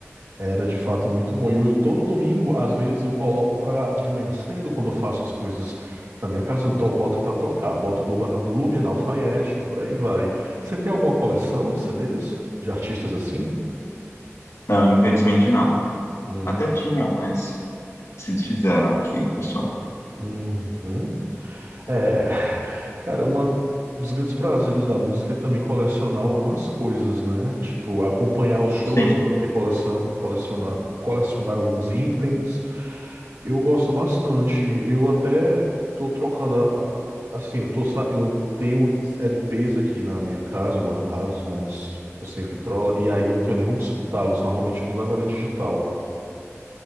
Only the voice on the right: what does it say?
Era de fato muito bom. E eu, todo domingo, às vezes, eu coloco pra, de manhã cedo, quando eu faço as coisas na minha casa, eu to- boto pra tocar. Boto Luba, Lubian Alfaiate e por aí vai. Você tem alguma coleção de CDs? De artistas assim?
Hum,
uhum. É, <laughs> cara, um dos grandes prazeres da música é também colecionar algumas coisas, né? Tipo, acompanhar os shows,
co- ter coleção, colecionar, colecionar alguns itens. Eu gosto bastante. Eu até tô trocando, a- a- assim, eu tô, sa- eu tenho LPs aqui na minha casa guardados, mas tô sem vitrola e aí eu não tenho nem onde escutá-los. Normalmente tudo agora é digital.